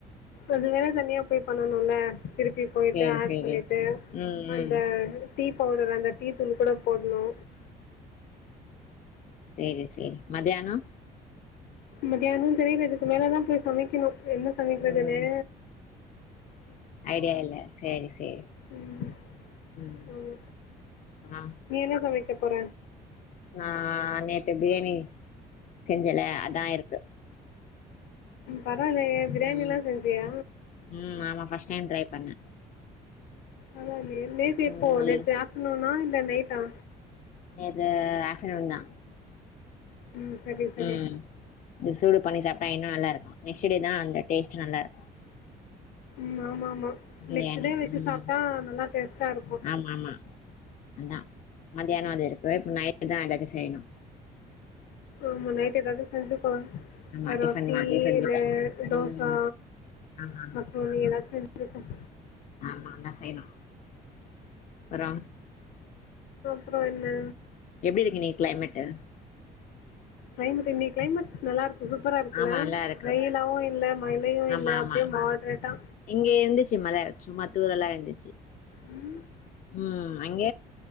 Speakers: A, on the left; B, on the left.
A: அது வேற தனியா போய் பண்ணணோல திருப்பி போயிட்டு
B: சேரி
A: ஆட்
B: சேரி
A: பண்ணிட்டு
B: ம்
A: அந்த
B: ம்
A: டீ பவுடர் அந்த டீ தூள் கூட போட்ணோ
B: செரி செரி மதியானோ
A: மதியானோ தெரில இதுக்கு மேலதா போய் சமைக்கணோ என்ன சமைக்குறதுன்னே
B: ம் ஐடியா இல்ல சேரி சேரி
A: ம்
B: ம்
A: ஆமா
B: ஆ
A: நீ என்ன சமைக்க போற
B: நா நேத்து பிரியாணி செஞ்சேல அதா இருக்கு
A: பரவால்லையே பிரியாணில்லா
B: ம்
A: செஞ்சியா
B: ம் ஆமா ஃபர்ஸ்ட் டைம் ட்ரை பண்ணே
A: அத நேத்து இப்போ
B: ம் நல்
A: நேத்து ஆப்டர்நூனா இல்ல நைட்டா
B: நேத்து ஆப்டர்நூன் தா
A: ம் சரி சரி
B: ம் இது சூடு பண்ணி சாப்பிட்டா இன்னு நல்லா இருக்கு நெக்ஸ்ட் டே தா அந்த டேஸ்ட் நல்லா இருக்கு
A: ம் ஆமா ஆமா
B: பிரியாணி
A: நெக்ஸ்ட் டே வச்சு
B: ம்
A: சாப்ட்டா நல்லா டேஸ்ட்டா இருக்கு
B: ஆமா ஆமா அதா மத்தியான வந்து இருக்கு நைட்டுதா எதாச்சு செய்யணு
A: ஆமா நைட்டு எதாச்சு செஞ்சுக்குவ
B: ஆமா டிஃபன்
A: ரொட்டி
B: மாதிரி செஞ்சுப்பே
A: இல்ல தோசா
B: ம் ஆமா ஆமா
A: அப்றோ ஏதாச்சு ருக்கும்
B: ஆமா அதெல்லா செய்யணு அப்புறோ
A: அப்றோ என்ன
B: எப்டி இருக்கு இன்னைக்கு கிளைமேட்டு
A: கிளைமேட் இன்னைக்கு கிளைமேட் நல்லாருக் சூப்பரா இருக்குல
B: ஆமா நல்லா இருக்கு
A: வெயிலாவு இல்ல மழையு
B: ஆமா
A: இல்ல
B: ஆமா
A: அப்டியே மாட்ரேட்டா
B: இங்க இருந்துச்சு மழை சும்மா தூரலா இருந்துச்சு
A: உம் <inaudible>
B: ம் அங்க